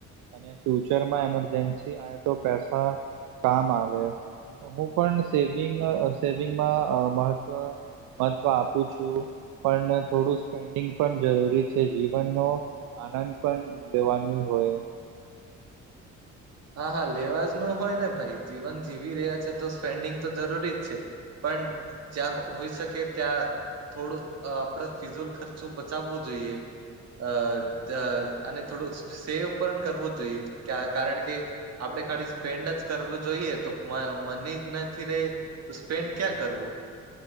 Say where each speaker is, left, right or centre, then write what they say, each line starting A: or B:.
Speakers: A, on the right; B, on the right.
A: અને ફ્યુચરમાં એમરજન્સી આવે તો પૈસા કામ આવે. હું પણ સેવિંગ અ સેવિંગમાં અ મહત્વ મહત્વ આપું છું. પણ થોડું સ્પેન્ડિંગ પણ જરૂરી છે જીવનનો આનંદ પણ લેવાનું જ હોય.
B: હા હા લેવા જ નું હોય ને ભાઈ જીવન જીવી રહ્યા છે તો સ્પેન્ડિંગ તો જરૂરી જ છે. પણ જ્યા હોઈ શકે ત્યાં થોડું અ આપણેે ફિઝુલ ખર્ચો બચાવવો જોઈએ. અ ત અને થોડુંક સેવ પણ કરવો જ જોઈએ કયા કારણ કે આપણે ખાલી સ્પેન્ડ જ કરવું જોઈએ તો મ મની નથી રે. તો સ્પેન્ડ ક્યાં કરવું